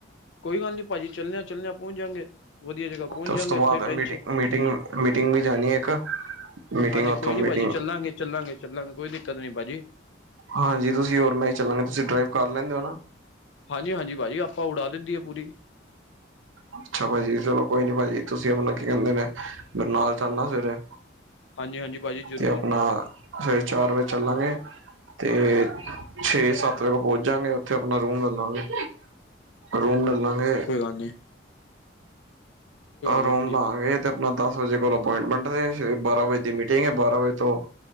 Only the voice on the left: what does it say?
ਕੋਈ ਗੱਲ ਨੀ ਭਾਜੀ ਚੱਲਿਆਾਂ, ਚੱਲਦੇਿਆ ਪਹੁੰਚ ਜਾਣਗੇ ਵਧੀਆ ਜਗ੍ਹਾ। ਪਹੁੰਚ
ਜਾਂਗੇ
ਉੱਥੇ
ਟੈਂਸ਼ਨ
ਹਾਂਜੀ
ਕੋਈ
ਨੀ ਭਾਜੀ ਚੱਲਾਂਗੇ, ਚੱਲਾਂਗੇ, ਚੱਲਾਂਗੇ ਕੋਈ ਦਿੱਕਤ ਨੀ ਭਾਜੀ।
ਹਾਂਜੀ, ਹਾਂਜੀ ਭਾਜੀ ਆਪਾਂ ਉਡਾ ਦਿੰਦੀ ਹੈ ਪੂਰੀ।
ਹਾਂਜੀ ਹਾਂਜੀ ਭਾਜੀ ਜ਼ਰੂਰ
ਆਨੀ।
ਨੀ ਭਾਜੀ